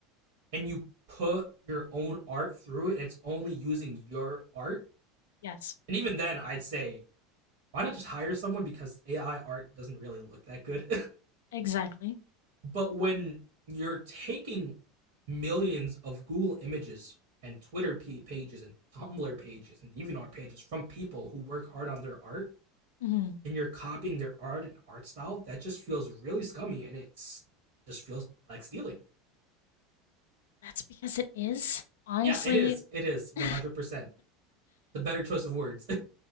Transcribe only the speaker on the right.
and you put your own art through it and it's only using your art.
And even then, I'd say, why not just hire someone because AI art doesn't really look that good.
<laughs> but when you're taking millions of Google images and Twitter pages and Tumblr pages and DeviantArt pages from people who work hard on their art
and you're copying their art and art style, that just feels really scummy and it's just feels like stealing.
Yeah, it is. It is 100%.
The better choice of words.